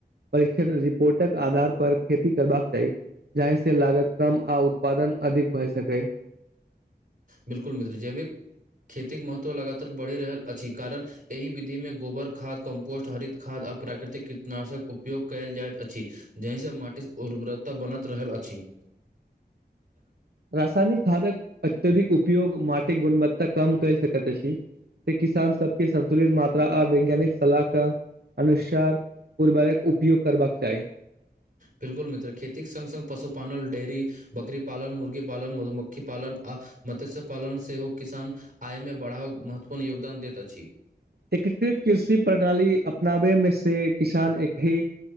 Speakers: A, on the right; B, on the right.
A: परीक्षण रिपोर्टक आधार पर, खेती करबाक चाही। जाहि से लागत कम, आ उत्पादन अधिक भय सकै।
B: बिल्कुल मित्र! जैविक खेतीक महत्व लगातार बढ़ि रहल अछि, कारण! एहि विधिमे गोबर खाद, कम्पोस्ट, हरित खाद आ प्राकृतिक कीटनाशक उपयोग कयल जाइत अछि। जहिसँ माटिक उर्वरता बनत रहल अछि।
A: रासायनिक खादक अत्यधिक उपयोग माटिक गुणवत्ता कम करि सकत अछी। त किसान सबके संन्तुलित मात्रा आ वैज्ञानिक सलाह क अनुस्यार उर्वरक उपयोग करबाक चाही।
B: बिल्कुल मित्र खेतीक संग संग पशुपालन, डेयरी बकरी पालन, मुर्गी पालन, मधुमक्खी पालन आ मत्स्य पालन सेहो किसान आयमे बढ़ाव महत्वपूर्ण योगदान दैत अछि।
A: एकीकृत कृषि प्रणाली अपनाबे मे से किसान एक ही